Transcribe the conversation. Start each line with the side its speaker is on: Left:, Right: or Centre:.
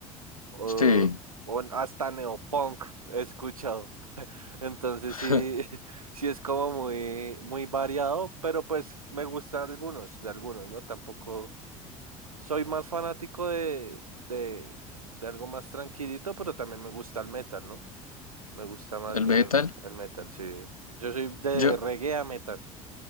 Right: O,
Left: Sí,
Right: o hasta neopunk he escuchado. Entonces
Left: <laughs>
Right: sí, <laughs> sí es como muy, muy variado, pero pues me gustan algunos, de algunos, ¿no? Tampoco soy más fanático de, de, de algo más tranquilito, pero también me gusta el metal, ¿no? Me gusta más
Left: el
Right: bien
Left: metal.
Right: el metal, sí. Yo soy de
Left: Yo,
Right: reggae a metal.